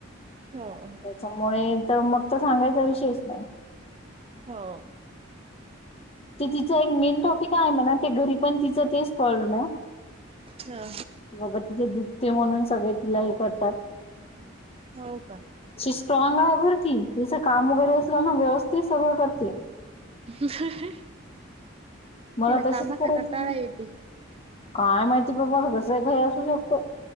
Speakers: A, on the right; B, on the left.
A: हो हो
B: त्याच्यामुळे तर मगं तर सांगायचा विषयच नाही
A: हो
B: ते तिचं एक मेन टॉपिक आहे मणा ते घरी पण तिचं तेच कळ ना
A: हो
B: बाबा तिचेे दुखते म्हणून सगळे तिला हे करतात
A: हो का
B: सी स्ट्रॉग आहे बर ती. तस काम वगैरे असल ना व्यवस्थित सगळं करते
A: ह ह
B: मला
A: तिला
B: तशीच
A: कामाचा
B: करायची
A: कटाळा येतोय
B: काय माहिती बाबा दुसर काही असू शकते